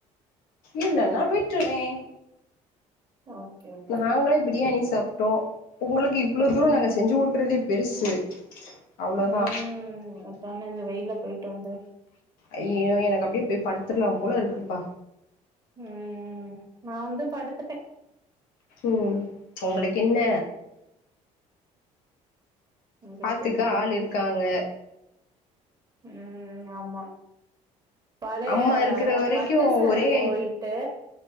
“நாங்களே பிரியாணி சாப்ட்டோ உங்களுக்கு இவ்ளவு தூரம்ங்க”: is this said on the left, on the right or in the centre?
Left